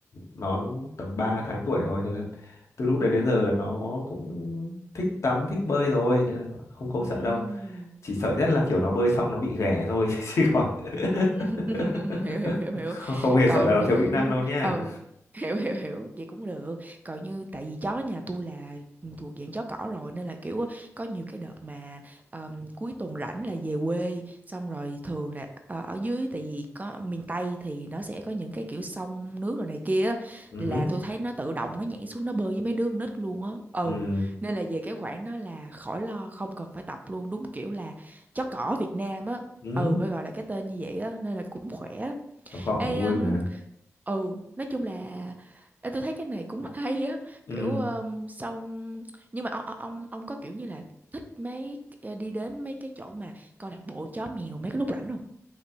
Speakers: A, on the left; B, on the right.
A: nó tầm 3 tháng tuổi thôi nên là từ lúc đấy
B: ồ
A: đến giờ là nó cũng thích tắm thích bơi rồi nên là không không sợ
B: oh,
A: đâu chỉ sợ nhất là kiểu nó bơi xong nó bị ghẻ thôi <laughs> chứ còn
B: Ừ, <laughs>
A: <laughs>
B: hiểu hiểu hiểu hiểu
A: không, không hề
B: còn
A: sợ là nó
B: như
A: thiếu kỹ năng đâu nha
B: ừ hiểu hiểu hiểu vậy cũng được còn như tại vì chó nhà tôi là thuộc dạng chó cỏ rồi nên là kiểu á, có nhiều cái đợt mà um, cuối tuần rảnh là về quê xong rồi thường là ờ, ở dưới tại vì có miền Tây thì nó sẽ có những cái kiểu sông nước rồi này kia á,
A: ừ
B: là
A: hứ,
B: tôi thấy nó tự động nó nhảy xuống nó bơi với mấy đứa con nít luôn á ừ
A: ừ
B: nên là về cái khoản đó là khỏi lo không cần phải tập luôn đúng kiểu là chó cỏ Việt Nam á
A: ừ
B: ừ phải gọi là cái tên như vậy á nên là cũng khỏe
A: nó
B: Ê,
A: cũng vui
B: um,
A: mà
B: ừ nói chung là ê, tôi thấy cái này cũng <laughs> hay á
A: ừ
B: kiểu um, xong nhưng mà ông ông ông có kiểu như là thích mấy ờ, đi đến mấy cái chỗ mà câu lạc bộ chó mèo mấy cái lúc rảnh không